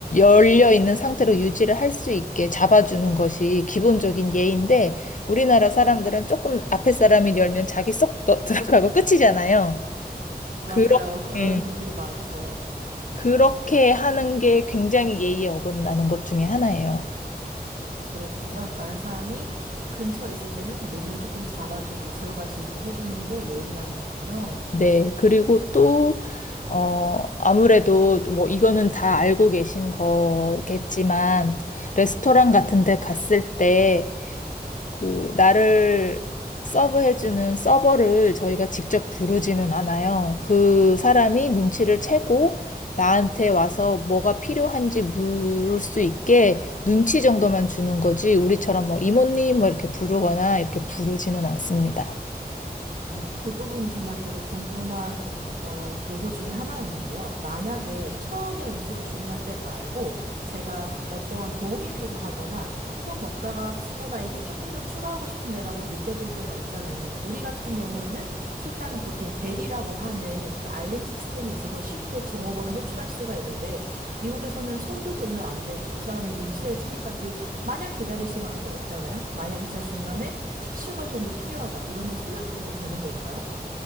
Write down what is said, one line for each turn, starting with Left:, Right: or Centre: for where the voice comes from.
Left: 열려 있는 상태로 유지를 할 수 있게 잡아주는 것이 기본적인 예인데 우리나라 사람들은 조금 앞에 사람이 열면 자기 쏙 넣- <laughs> 들어가고 끝이잖아요.
Right: 맞아요.
Left: 그렇게
Right: 그러는 분들이 많죠.
Left: 그렇게 하는 게 굉장히 예의에 어긋나는 것 중에 하나예요.
Right: 그렇군요. 다른 사람이 근처에 있을 때는 문을 조금 잡아주고 들어갈 수 있게 해주는 게 예의라는 거군요.
Left: 네. 그리고 또, 어, 아무래도 뭐 이거는 다 알고 계신 거겠지만, 레스토랑 같은 데 갔을 때 그 나를 서브해주는 서버를 저희가 직접 부르지는 않아요. 그 사람이 눈치를 채고 나한테 와서 뭐가 필요한지 물을 수 있게 눈치 정도만 주는 거지 우리처럼 뭐 이모님 뭐 이렇게 부르거나 이렇게 부르지는 않습니다.
Right: 어, 그 부분이 정말 저도 궁금한 어, 요소 중에 하나였는데요. 만약에 처음에 음식을 주문할 때 말고 제가 어떠한 도움이 필요하거나 혹은 먹다가 어, 나 이게 조금 더 추가하고 싶은데라고 느껴질 때가 있잖아요. 우리 같은 경우에는 식당에 보통 벨이라고 하는 그 알림 시스템이 있어서 쉽게 종업원을 호출할 수가 있는데 미국에서는 손도 들면 안 되고 이 사람이 눈치를 채기까지 마냥 기다릴 수만은 또 없잖아요. 만약에 제가 중간에 티슈가 좀 더 필요하다. 이러면 손을 들어도 되는 걸까요?